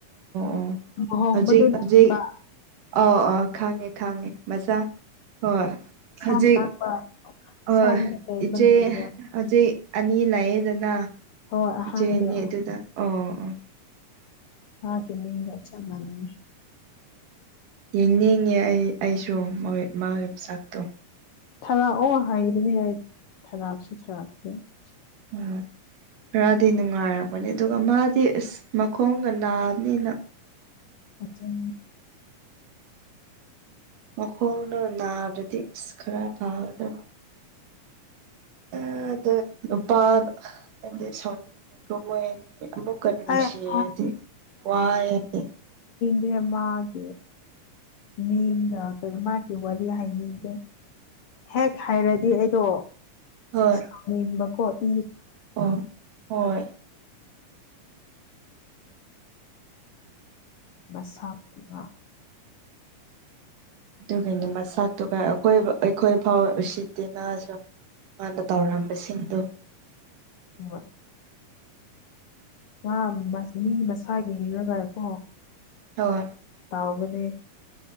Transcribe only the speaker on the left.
ꯂꯨꯍꯣꯡꯕꯗꯨ
ꯅꯠꯇꯕ
ꯁꯝ
ꯀꯥꯛꯄ
ꯁꯝ ꯇꯦꯟꯕ
ꯅꯨꯄꯤꯗꯣ
ꯍꯣꯏ ꯑꯍꯥꯟꯗꯣ
ꯃꯥꯒꯤ ꯃꯤꯡꯒ ꯆꯥꯞ ꯃꯥꯟꯅꯩꯑꯦ
ꯊꯥꯔꯥꯛꯑꯣ ꯍꯩꯗꯨꯗꯤ ꯑꯩ ꯊꯥꯔꯥꯛꯁꯨ-ꯊꯥꯔꯛꯇꯦ
INAUDIBLE
INAUDIBLE
ꯑꯩ
ꯁꯤ ꯃꯥꯒꯤ ꯃꯤꯡꯒ ꯀꯥ ꯃꯥꯒꯤ ꯋꯥꯔꯤ ꯍꯥꯏꯅꯤꯡꯗ꯭ꯔꯦ ꯍꯦꯛ ꯍꯥꯏꯔꯗꯤ ꯑꯩꯗꯣ
ꯁꯥꯎꯅꯤꯡꯕ ꯀꯣ ꯢ
ꯃꯁꯥꯛ ꯇꯨꯒ
ꯍꯣꯢ ꯃꯥ ꯃꯤ ꯃꯁꯥꯒꯤ ꯍꯔꯒꯀꯣ
ꯇꯥꯎꯕꯅꯦ